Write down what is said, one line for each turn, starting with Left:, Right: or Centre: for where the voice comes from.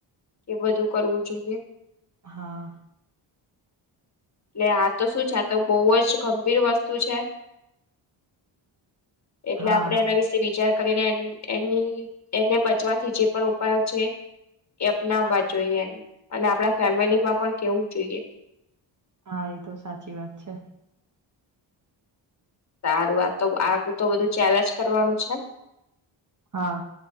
Left: કે બધું કરવું જોઈએ
Right: હા
Left: એટલે આ તો શું છે આ તો બહુ જ ગંભીર વસ્તુ છે એટલે
Right: હા
Left: આપડે એના વિશે બીજા કરીને એની એને બચવાથી જે પણ ઉપાયો છે એ અપનાવવા જોઈએ અને આપણા ફેમિલીમાં પણ કેવું જોઈએ
Right: હા એ તો સાચી વાત છે
Left: સારું આ તો આું તો બધું ચેલેજ કરવાનું છે
Right: હા